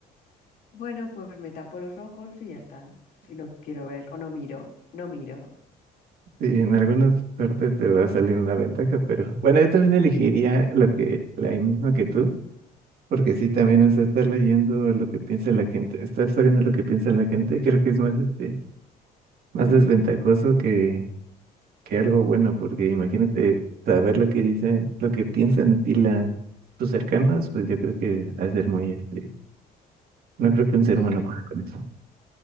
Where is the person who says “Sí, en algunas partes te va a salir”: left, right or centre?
Right